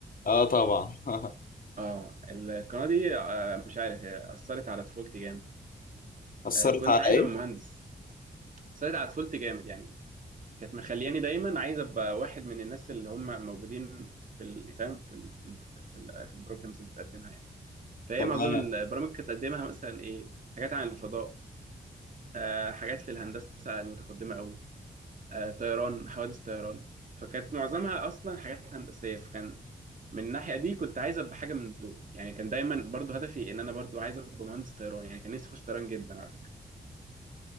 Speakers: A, on the left; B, on the right.
A: اه طبعا <laughs>
B: اه ال- القناه دي آه، مش عارف هي اثرت على طفولتي جامد
A: اثرت
B: آه، كنت
A: على
B: عايز
A: ايه
B: ابقى مهندس بس أنا على طفولتي جامد يعني كانت مخلياني دايما عايز ابقى واحد من الناس اللي هم موجودين في ال- فاهم في ال في ال في, ال في البروجرامز اللي بتقدمها يعني فهي
A: تمام
B: معظم البرامج اللي بتقدمها مثلا ايه حاجات عن الفضاء آه حاجات في الهندسه المتقدمه قوي آه طيران حوادث طيران فكانت معظمها اصلا حاجات هندسيه فكان من الناحيه دي كنت عايز ابقى حاجه من دول يعني كان دايما برضو هدفي ان انا برضو عايز ابقى مهندس طيران يعني كان نفسي اخش طيران جدا على فكره